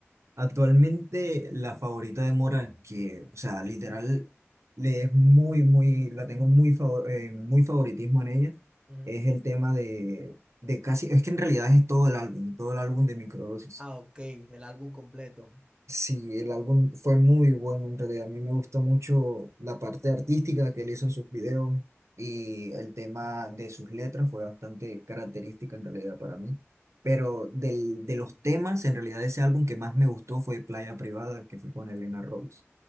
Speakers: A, on the right (about 80°); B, on the right (about 20°).
A: Actualmente la favorita de Mora, que, o sea, literal, le es muy, muy, la tengo muy, favor- eh, muy favoritismo en ella,
B: Ujú.
A: es el tema de, de casi, es que en realidad es todo el álbum, todo el álbum de Microdosis.
B: Ah, ok, el álbum completo.
A: Sí, el álbum fue muy bueno en realidad. A mí me gusta mucho la parte artística que él hizo en sus videos y el tema de sus letras fue bastante característica en realidad para mí. Pero del, de los temas, en realidad ese álbum que más me gustó fue Playa Privada, que fue con Elena Rose.